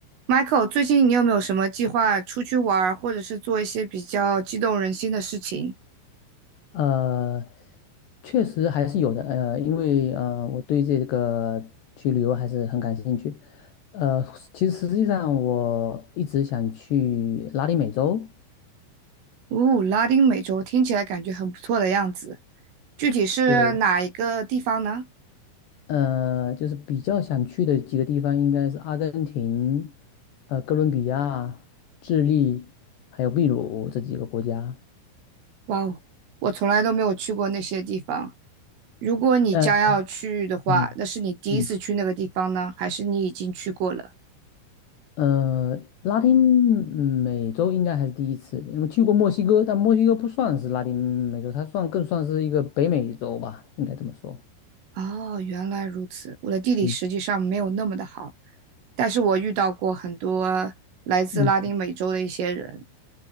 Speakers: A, on the right (about 70°); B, on the left (about 60°).
A: Michael，最近你有没有什么计划出去玩儿，或者是做一些比较激动人心的事情？
B: 呃，确实还是有的，呃，因为呃，我对这个去旅游还是很感兴趣。呃，其实实际上我一直想去拉丁美洲，
A: 哦，拉丁美洲听起来感觉很不错的样子，具体是哪一个地方呢？
B: 对，呃，就是比较想去的几个地方应该是阿根廷、呃，哥伦比亚、智利，还有秘鲁这几个国家。
A: 哇哦，我从来都没有去过那些地方。如果你将要去的话，
B: 呃，嗯
A: 那是你第一次去那个地方呢，
B: 嗯。
A: 还是你已经去过了？
B: 呃，拉丁嗯美洲应该还是第一次，因为去过墨西哥，但墨西哥不算是拉丁美洲，它算更算是一个北美洲吧，应该这么说。
A: 哦，原来如此。我的地理实际上没有那么的好，
B: 嗯
A: 但是我遇到过很多来自拉丁美洲的一些人，
B: 嗯，